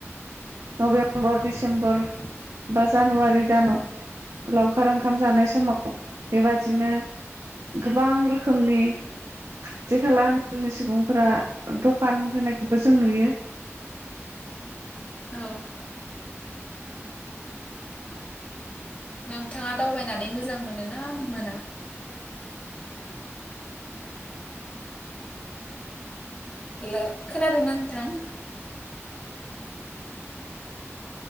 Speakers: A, on the right; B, on the left.
A: नबेम्बर डिसेम्बर बा जानुवारि दानाव लावखार ओंख ओंखाम जानाय समाव बेबायदि, बिदिनो गोबां रोखोमनि, खाथि खाला ओनसोलनि सुबुंफोरा दखान होनायखौबो जों नुयो,
B: औ नोंथाङा दावबायनानै मोजां मोनोना मोना? हेलौ खोनादों ना नोंथां?